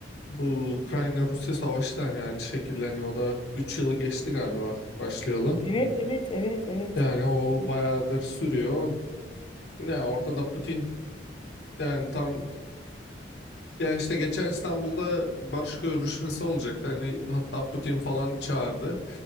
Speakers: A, on the left; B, on the left.
A: bu Ukrayna-Rusya savaşı da hani aynı şekilde hani o da 3 yılı geçti galiba artık başlayalı.
B: Evet, evet, evet, evet.
A: Yani o bayağıdır sürüyor. Ne orada da Putin yani tam Ya işte geçen İstanbul'da barış görüşmesi olacaktı. Hani hatta Putin falan çağırdı.